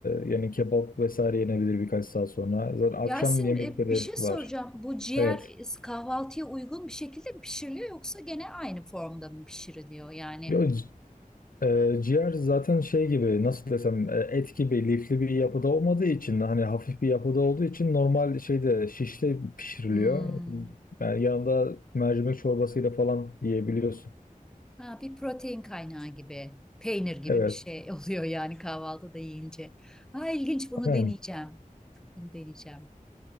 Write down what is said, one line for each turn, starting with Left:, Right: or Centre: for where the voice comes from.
Left: yani kebap vesaire yenebilir birkaç saat sonra. Zaten akşam
Centre: Yasin
Left: yemekleri
Centre: e, bir şey soracağım.
Left: var.
Centre: Bu ciğer
Left: Evet.
Centre: e, kahvaltıya uygun bir şekilde mi pişiriliyor yoksa gene aynı formda mı pişiriliyor? Yani
Left: Yok Ee, ciğer zaten şey gibi nasıl desem e, et gibi lifli bir yapıda olmadığı için hani hafif bir yapıda olduğu için normal şeyde şişte pişiriliyor.
Centre: hmm,
Left: Yani yanında mercimek çorbasıyla falan yiyebiliyorsun.
Centre: ha, bir protein kaynağı gibi, peynir gibi
Left: Evet.
Centre: bir şey <laughs> oluyor yani kahvaltıda yiyince. Ha ilginç bunu
Left: Yani
Centre: deneyeceğim. Bunu deneyeceğim.